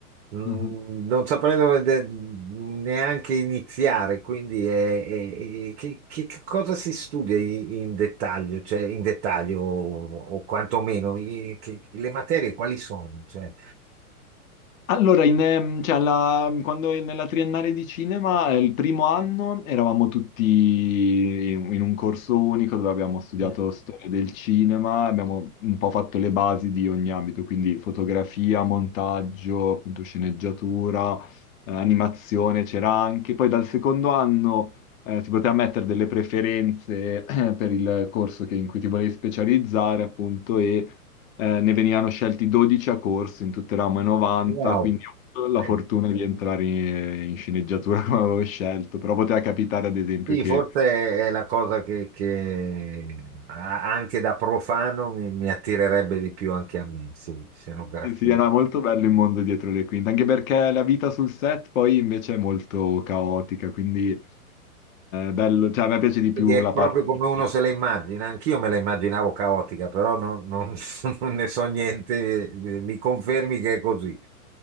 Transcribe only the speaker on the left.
Mhm.
Allora, in, ehm, cioè, alla- quando nella triennale di cinema, eh, il primo anno eravamo tutti in, in un corso unico dove abbiamo studiato
storia del cinema, abbiamo un po' fatto le basi di ogni ambito, quindi fotografia, montaggio, appunto sceneggiatura, eh, animazione c'era anche. Poi dal secondo anno eh, si poteva mettere delle preferenze <clears throat> per il corso che- in cui ti volevi specializzare, appunto, e eh, ne venivano scelti 12 a corso in tutte le ramo e 90,
quindi ho avuto la fortuna
di entrare in, in sceneggiatura <laughs> come avevo scelto, però poteva capitare ad esempio
che
eh, sì, era molto bello il mondo dietro le quinte, anche perché la vita sul set poi invece è molto caotica, quindi eh, bello, cioè a me piace di
più
la
parte
di...